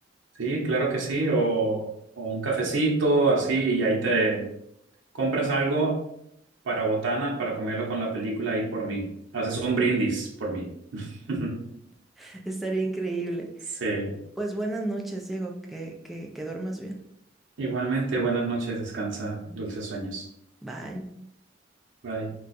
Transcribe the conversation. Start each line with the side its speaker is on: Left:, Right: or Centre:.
Right: sí, claro que sí. O, o un cafecito así y ahí te compras algo para botana, para comerlo con la película y por mí. Haces un brindis por mí. <laughs>
Centre: <laughs> Estaría increíble.
Right: Sí.
Centre: Pues buenas noches, Diego, que, que, que duermas bien.
Right: Igualmente, buenas noches, descansa, dulces sueños.
Centre: Bye.
Right: Bye.